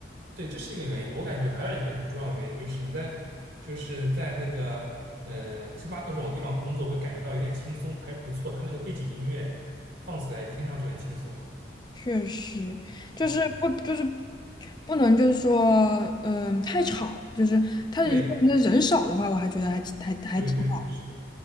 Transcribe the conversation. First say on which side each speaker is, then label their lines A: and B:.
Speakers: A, on the right; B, on the left.
A: 对，这是一个原因。我感觉还有一个很重要的原因就是你在就是在那个呃星巴克这种地方工作会感觉到有点轻松，还不错。它那个背景音乐放起来也听上去很轻松。
B: 确实，就是不就是
A: 嗯，
B: 不能就是说，嗯、太吵，就是他如果那人少的话，
A: 对
B: 我还觉得还挺还还挺好。
A: 对对对，是的。